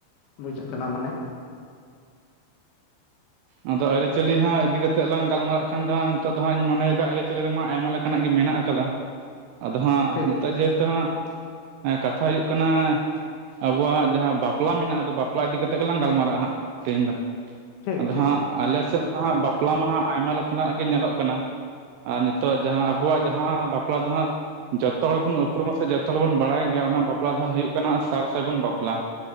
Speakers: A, on the left; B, on the right.
A: ᱵᱩᱡᱷᱟᱹᱜ ᱠᱟᱱᱟ ᱢᱟᱱᱮ?
B: ᱟᱫᱚ ᱟᱹᱨᱤ-ᱪᱟᱹᱞᱤ ᱦᱚᱸ ᱤᱫᱤ ᱠᱟᱛᱮᱜ ᱞᱟᱝ ᱜᱟᱞᱢᱟᱨᱟᱜ ᱠᱷᱟᱱ ᱫᱚᱜ ᱱᱤᱛᱚᱜ ᱫᱚ ᱦᱟᱸᱜ ᱤᱧ ᱢᱚᱱᱮᱭᱮᱫᱟ ᱟᱹᱨᱤ-ᱪᱟᱹᱞᱤ ᱨᱮᱢᱟ ᱟᱭᱢᱟ ᱞᱮᱠᱟ᱾ ᱚᱱᱠᱟ ᱱᱟᱜ ᱜᱮ ᱢᱮᱱᱟᱜ ᱟᱠᱟᱫᱟ ᱟᱫᱚ ᱦᱟᱸᱜ
A: ᱴᱷᱤᱠ
B: ᱱᱤᱛᱚᱜ ᱡᱮᱦᱮᱛᱩ ᱦᱟᱸᱜ᱾ ᱮ ᱠᱟᱛᱷᱟ ᱦᱩᱭᱩᱜ ᱠᱟᱱᱟ ᱟᱵᱚᱣᱟᱜ ᱡᱟᱦᱟᱸ ᱵᱟᱯᱞᱟ ᱢᱮᱱᱟᱜ-ᱟ ᱟᱫᱚ ᱵᱟᱯᱞᱟ ᱤᱫᱤ ᱠᱟᱛᱮ ᱜᱮᱞᱟᱝ ᱜᱟᱞᱢᱟᱨᱟᱜ-ᱟ ᱦᱟᱸᱜ ᱛᱮᱦᱮᱧ ᱫᱚ᱾
A: ᱴᱷᱤᱠ
B: ᱟᱫᱚ
A: ᱴᱷᱤᱠ
B: ᱦᱟᱸᱜ ᱟᱞᱮᱥᱮᱫ ᱢᱟᱦᱟᱜ ᱵᱟᱯᱞᱟ ᱢᱟᱦᱟᱸᱜ ᱟᱭᱢᱟ ᱞᱮᱠᱟᱱᱟᱜ ᱜᱮ ᱧᱮᱞᱚᱜ ᱠᱟᱱᱟ ᱟᱨ ᱱᱤᱛᱚᱜ ᱡᱟᱦᱟᱸ ᱟᱵᱚᱣᱟᱜ ᱡᱟᱦᱟᱸ ᱵᱟᱯᱞᱟ ᱫᱚ ᱦᱟᱸᱜ ᱡᱷᱚᱛᱚ ᱦᱚᱲ ᱵᱚᱱ ᱩᱯᱨᱩᱢᱟ ᱥᱮ ᱡᱚᱛᱚ ᱦᱚᱲ ᱵᱚᱱ ᱵᱟᱲᱟᱭ ᱜᱮᱭᱟ ᱚᱱᱟ ᱵᱟᱯᱞᱟ ᱫᱚ ᱦᱩᱭᱩᱜ ᱠᱟᱱᱟ ᱥᱟᱨ-ᱥᱟᱹᱜᱩᱱ ᱵᱟᱯᱞᱟ᱾